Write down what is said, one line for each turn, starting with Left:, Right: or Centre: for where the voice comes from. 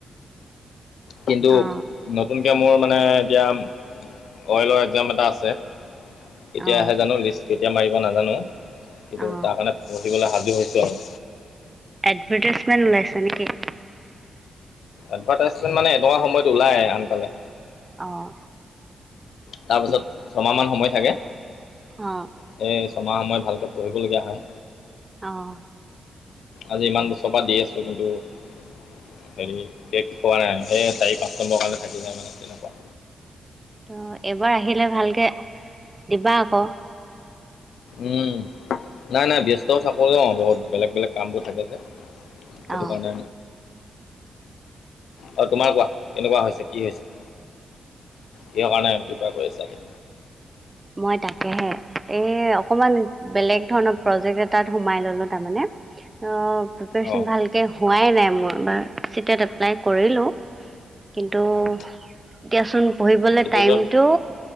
Left: কিন্তু
Right: অ
Left: নতুন গতিকে মোৰ মানে এতিয়া অয়েলৰ একজাম এটা আছে। কেতিয়া
Right: অ
Left: আহে জানো লিষ্ট কেতিয়া মাৰিব নাজানো, কিন্তু
Right: অ
Left: তাৰ কাৰণে পঢ়িবলৈ হা ৰেডী হৈছো আৰু
Right: এডভাৰটাইজমেন্ট ওলাইছে নেকি?
Left: এডভাৰটাইজমেন মানে এনেকুৱা সময়ত ওলাই আনকালে।
Right: অঁ
Left: তাৰপিছত ছমাহ মান সময় থাকে।
Right: অঁ
Left: সেই ছমাহ সময় ভালকৈ পঢ়িবলগীয়া হয়।
Right: অঁ
Left: আজি ইমান বছৰৰ পৰা দি আছো কিন্তু- হেৰি কে পোৱা নাই সেই চাৰি পাঁচ নম্বৰ কাৰণে থাকি যায় মানে তেনেকুৱা,
Right: অঁ এবাৰ আহিলে ভালকে দিবা আক।
Left: উম নাই নাই ব্যস্তও থাকো নহ বহুত বেলেগ বেলেগ কাম বোৰ থাকে যে। এটো
Right: অ',
Left: কাৰণে আৰু তোমাৰ কোৱা কেনেকুৱা হৈছে কি হৈছে- ক কাৰণে কৃপা কৰিছাগে?
Right: মই তাকেহে, এ অকমান বেলেগ ধৰণৰ প্ৰজেক্ট এটাত সোমাই ললো তাৰমানে, অঁ প্ৰিপাৰেচন
Left: অঁ
Right: ভালকে হোৱাই নাই মোৰ এইবাৰ চি টেট এপ্লাই কৰিলো। কিন্তু
Left: অঁ
Right: এতিয়াচোন পঢ়িবলৈ
Left: চিটেটত
Right: টাইমটো